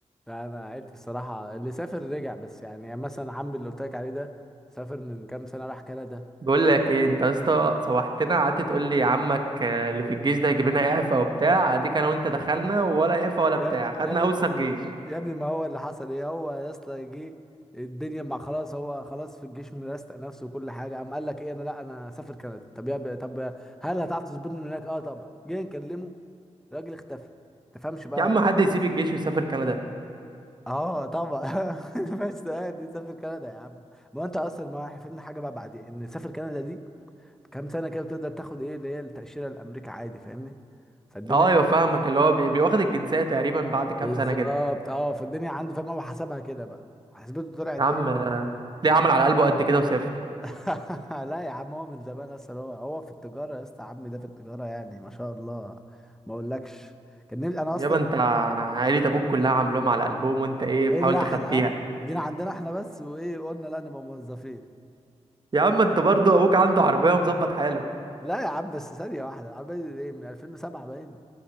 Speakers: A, in the centre; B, on the right (about 40°).
A: لا انا عيلتي الصراحه اللي سافر رجع بس يعني يعني مثلا عمي اللي قلت لك عليه ده سافر من كام سنه راح كندا
B: بقول لك ايه انت يا اسطى سوحتنا قعدت تقول لي عمك آه، اللي في الجيش ده هيجيب لنا اعفاء وبتاع اديك انا وانت دخلنا ولا اعفاء ولا بتاع
A: يا ابني
B: خدنا
A: يا ابني
B: اوسخ جيش
A: يا ابني ما هو اللي حصل ايه هو يا اسطى جه الدنيا ما خلاص هو خلاص في الجيش مرستق نفسه وكل حاجه قام قال لك ايه انا لا انا سافر كندا طب يا ب- طب هل هتعرف تظبطني من هناك اه طبعا جه نكلمه الراجل اختفى ما تفهمش بقى
B: يا عم حد يسيب الجيش ويسافر كندا
A: اه طبعا <laughs> بس ده دي سافر كندا يا عم ما هو انت اصلا ما فهمنا حاجه بقى بعدين ان سافر كندا دي كام سنه كده بتقدر تاخد ايه اللي هي التاشيره الامريكا عادي فاهمني فالدنيا
B: اه ايوه فاهمك اللي هو بي- بيواخد الجنسيه تقريبا بعد كام
A: بالظبط
B: سنه كده
A: اه فالدنيا عنده فاهم هو حسبها كده بقى حسبته طلعت
B: يا عم
A: ايه
B: ليه عمل على قلبه قد كده وسافر
A: <laughs> لا يا عم هو من زمان اصلا هو هو في التجاره يا اسطى عمي ده في التجاره يعني ما شاء الله ما اقولكش كان نفسي- انا
B: يابا
A: اصلا
B: انت عيلة ابوك كلها عاملاهم على قلبهم وانت ايه
A: ايه
B: بتحاول
A: اللي احنا
B: تخبيها
A: اه جينا عندنا احنا بس وايه وقلنا لا نبقى موظفين
B: يا عم انت برضو ابوك عنده عربية ومظبط حاله
A: لا يا عم بس ثانيه واحده العمال ايه من 2007 باين